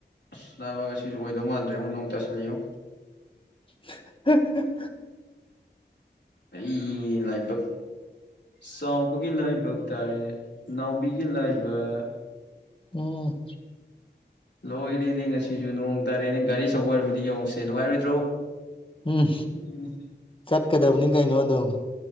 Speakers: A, on the left (about 75°); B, on the left (about 30°).
A: ꯑꯁ ꯅꯥꯕ ꯉꯁꯤꯁꯨ ꯑꯣꯏꯗꯧ ꯃꯥꯟꯗ꯭ꯔꯦꯉꯣ ꯅꯣꯡ ꯇꯁꯤꯜꯂꯛꯑꯦꯉꯣ
B: <inaudible>
A: ꯑꯩ ꯂꯥꯏꯕꯛ ꯆꯥꯎꯕꯒꯤ ꯂꯥꯏꯕꯛ ꯇꯥꯔꯦꯅꯦ ꯅꯥꯎꯕꯤꯒꯤ ꯂꯥꯏꯕꯛ
B: ꯎꯝ
A: ꯂꯣꯏꯔꯦꯅꯦ ꯉꯁꯤꯁꯨ ꯅꯣꯡ ꯇꯥꯔꯦꯅꯦ ꯒꯥꯔꯤꯑꯆꯧꯕ ꯑꯣꯏꯔꯃꯗꯤ ꯌꯦꯡꯉꯨꯁꯦ ꯅꯨꯡꯉꯥꯏꯔꯣꯏꯗ꯭ꯔꯣ
B: ꯎꯝ
A: ꯎꯝ
B: ꯆꯠꯀꯗꯕꯅꯤ ꯀꯩꯅꯣ ꯑꯗꯨꯝ